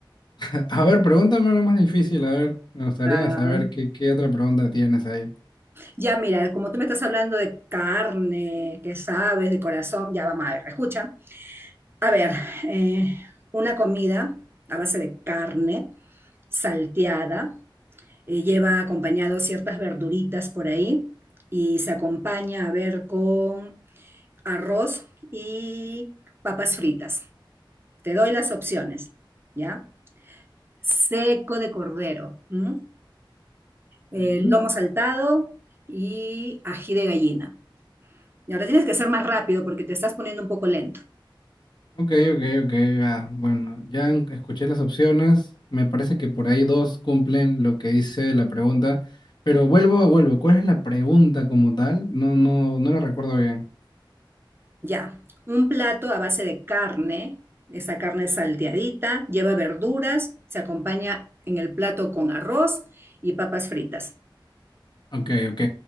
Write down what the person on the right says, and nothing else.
Ah,
ya, mira, como tú me estás hablando de carne, que sabes, de corazón, ya vamos a ver, escucha. A ver, eh, una comida a base de carne salteada Eh, lleva acompañado ciertas verduritas por ahí y se acompaña a ver con arroz y papas fritas. Te doy las opciones, ¿ya? Seco de cordero, ¿m?
Eh, lomo saltado y ají de gallina. Y ahora tienes que ser más rápido porque te estás poniendo un poco lento.
Ya, un plato a base de carne, esa carne salteadita, lleva verduras, se acompaña en el plato con arroz y papas fritas.